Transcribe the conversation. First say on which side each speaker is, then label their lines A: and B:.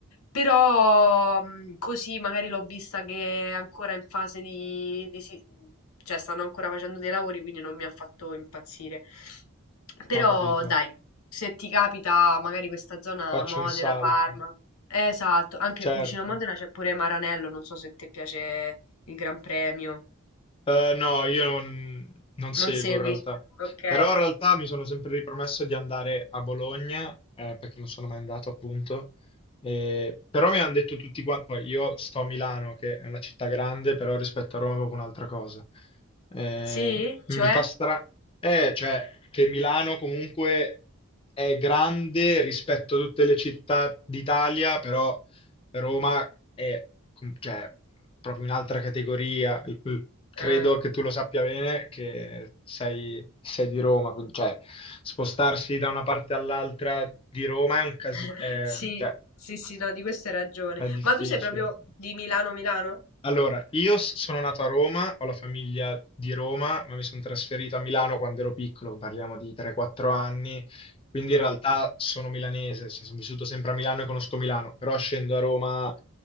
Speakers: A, on the left; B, on the left.
A: Però mh, così magari l'ho vista che è ancora in fase di, di si- cioè stanno ancora facendo dei lavori, quindi non mi ha fatto impazzire. Però
B: ho capito.
A: dai, se ti capita magari questa zona
B: Faccio
A: Modena,
B: un salto,
A: Parma. Eh, Esatto, anche
B: certo.
A: vicino a Modena c'è pure Maranello, non so se ti piace il Gran Premio.
B: Eh, no, io non, non seguo
A: Non segui?
B: in realtà.
A: Ok.
B: Però in realtà mi sono sempre ripromesso di andare a Bologna, eh, perché non sono mai andato appunto. Eh, però mi hanno detto tutti quanti, poi io sto a Milano, che è una città grande, però rispetto a Roma è proprio un'altra cosa. Eh,
A: Sì?
B: mi
A: Cioè?
B: fa strano, eh, cioè che Milano comunque è grande rispetto a tutte le città d'Italia, però Roma è com- cioè, proprio un'altra categoria. L- l- Credo
A: Ah,
B: che tu lo sappia bene che sei, sei di Roma, quindi cioè, spostarsi da una parte all'altra di Roma è un casino,
A: <laughs> Sì,
B: cioè,
A: sì, sì, no, di questo hai ragione.
B: è difficile.
A: Ma tu sei proprio di Milano, Milano?
B: Allora, io s- sono nato a Roma, ho la famiglia di Roma, ma mi sono trasferito a Milano quando ero piccolo, parliamo di 3-4 anni, quindi in realtà sono milanese, cioè sono vissuto sempre a Milano e conosco Milano, però scendo a Roma